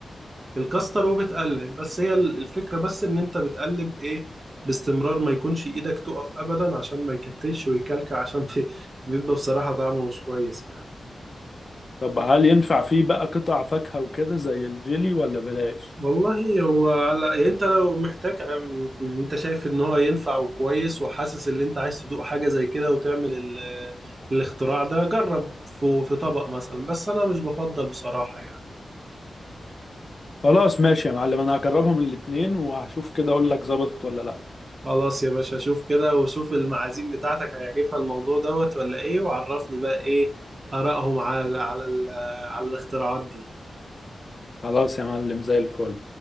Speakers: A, on the right (about 30°); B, on the left (about 30°).
A: الكاستر وبتقلب بس هي الفكرة بس ان انت بتقلب ايه باستمرار ما يكونش ايدك تقف ابدا عشان ما يكتلش ويكلكع <laughs> عشان بي- بيبقى بصراحة طعمه مش كويس يعني
B: طب هل ينفع فيه بقى قطع فاكهة وكده زي الجيلي ولا بلاش
A: والله هو على يعني انت لو محتاج عم- انت شايف ان هو ينفع وكويس وحاسس ان انت عايز تدوق حاجة زي كده وتعمل ال... الاختراع ده جرب في... في طبق مثلا بس انا مش بفضل بصراحة يعني
B: خلاص ماشي يا معلم انا هجربهم الاتنين وهشوف كده اقول لك ظبطت ولا لا
A: خلاص يا باشا شوف كده وشوف المعازيم بتاعتك هيعجبها الموضوع دوت ولا ايه وعرفني بقى ايه آرائهم على على ال- على الاختراعات دي
B: خلاص يا معلم زي الفل